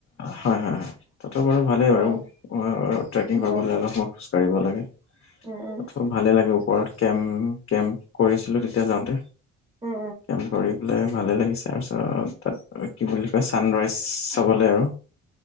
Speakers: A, on the left; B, on the right.
A: হয় হয় হয় তাতো বাৰু ভালেই
B: অ
A: বাৰু ট্ৰেকিং
B: অ
A: কৰিবলৈ অলপ খোজ কঢ়িব লাগে।
B: উম উম।
A: ত' ভালে লাগে ওপৰত কেম্প কেম্প কৰিছিলো তেতিয়া যাওঁতে।
B: উম
A: কেম্প কৰি পেলাই ভালে লাগিছে তাৰপিছত তাত কি বুলি কয় ছানৰাইজ চাবলৈ আৰু।